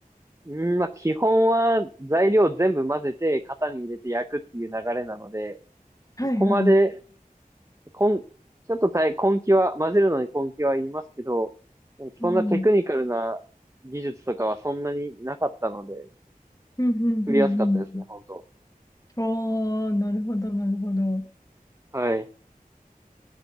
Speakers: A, on the right; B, on the left.
A: うん、まあ、基本は材料全部混ぜて型に入れて焼くっていう流れなので、
B: はいはい。
A: そこまで、こん、ちょっと大、根気は、混ぜるのに根気はいりますけど、
B: うん。
A: そんなテクニカルな技術とかはそんなになかったので、
B: うん、うん、
A: 作りやすかったですね、
B: うん、
A: 本当。
B: うん。おお、なるほど、なるほど。
A: はい。